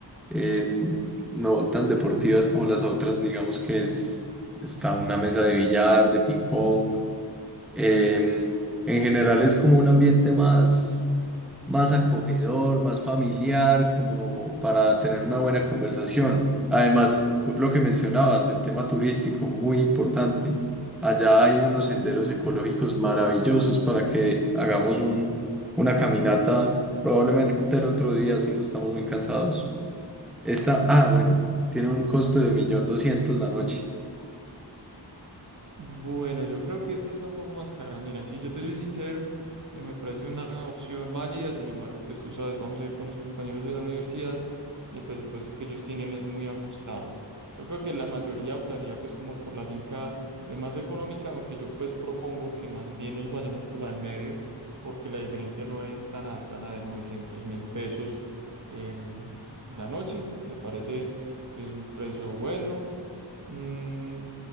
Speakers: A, in the centre; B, on the right (about 45°).
A: em, no tan deportivas como las otras, digamos que es, está una mesa de billar, de ping pong. em, en general es como un ambiente más, más acogedor, más familiar, como para tener una buena conversación. Además, co- lo que mencionabas, el tema turístico, muy importante. Allá hay unos senderos ecológicos maravillosos para que hagamos un, una caminata probablemente el otro día si no estamos muy cansados. Esta, ah, bueno, tiene un costo de un millón doscientos la noche.
B: Bueno, yo creo que esta está un poco más cara. Mira, si yo te soy sincero, eh, me parece una opción válida. Sin embargo, pues tú sabes, vamos a ir con los compañeros de la universidad y el presupuesto que ellos tienen es muy ajustado. Yo creo que la mayoría optaría pues como por la finca eh, más económica, aunque yo pues propongo que más bien nos vayamos por la del medio, porque la diferencia no es tan alta, la de novecientos mil pesos em, la noche. Me parece que es un precio bueno. Mm,